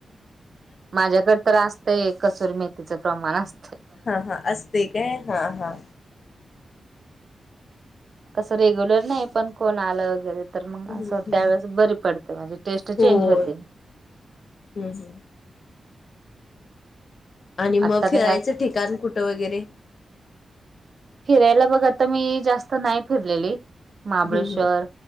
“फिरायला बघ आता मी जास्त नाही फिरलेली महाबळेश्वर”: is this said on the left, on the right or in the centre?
Right